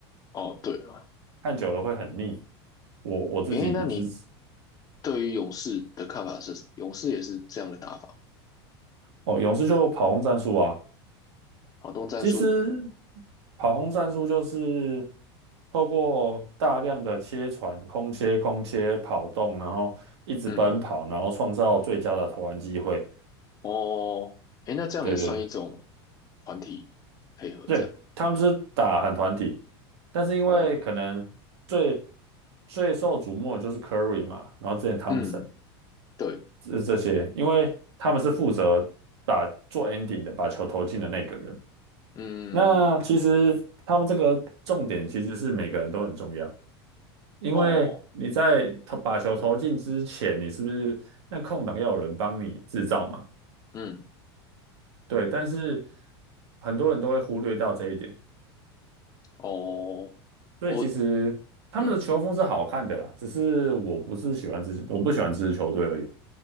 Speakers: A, on the left; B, on the right.
A: 哦对了，
B: 看久了会很腻。我我自己是
A: 诶，那你对于勇士的看法是什么？勇士也是这样的打法，
B: 哦，勇士就跑轰战术啊，
A: 好动战术。
B: 其实跑轰战术就是透过大量的切传、空切、空切、跑动，然后一直奔跑，
A: 嗯
B: 然后创造最佳的投篮机会。
A: 哦，诶，那这样也算一种
B: 对对对。
A: 团体配合这样。
B: 对，他们就是打很团体，但是因为可能最
A: 哦，
B: 最受瞩目的就是 Curry 嘛，然后之前汤普森
A: 嗯。对。
B: 这这些，因为他们是负责打做 ending 的，把球投进的那个人。
A: 嗯，
B: 那其实他们这个重点其实是每个人都很重要，因为你在投把球投进之前，
A: 哦，
B: 你是不是那空档要有人帮你制造嘛？
A: 嗯，
B: 对，但是很多人都会忽略到这一点。
A: 哦，
B: 所以其实他们的球风是好看的啦，
A: 我，嗯，
B: 只是我不是喜欢这支，我不喜欢这支球队而已。